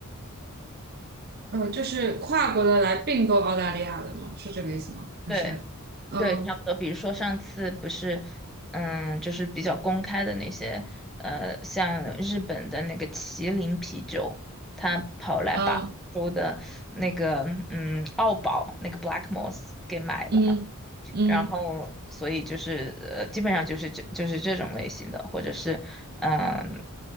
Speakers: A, on the right (about 45°); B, in the centre.
A: 呃，就是跨国的来并购澳大利亚的吗？是这个意思吗？还是嗯
B: 对。对，差不多。比如说上次不是，嗯，就是比较公开的那些，呃，像日本的那个麒麟啤酒，他跑来把欧洲的那个，
A: 嗯
B: 嗯，澳宝那个 Black Moss 给买了嘛。
A: 嗯嗯
B: 然嗯后所以就是呃，基本上就是这就是这种类型的，或者是嗯